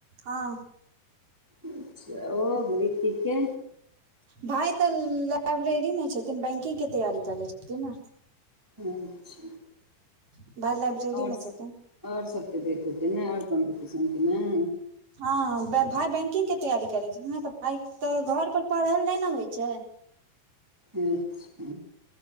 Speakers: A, on the right; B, in the centre.
A: हँ
B: अच्छा ओ रितिक के
A: भाय तऽ लाइब्रेरी मे छथिन बैंकिंग के तैयारी करे छथिन नऽ
B: अच्छा
A: <unintelligible>
B: आओरस
A: छथिन
B: आओर सबके देख हेतै ने आओर कम्पटिशन के ने,
A: हँ भाय बैंकिंग के तैयारी करे छै, ने भाय तऽ घर पर पढ़ल नै न होइ छै।
B: अच्छा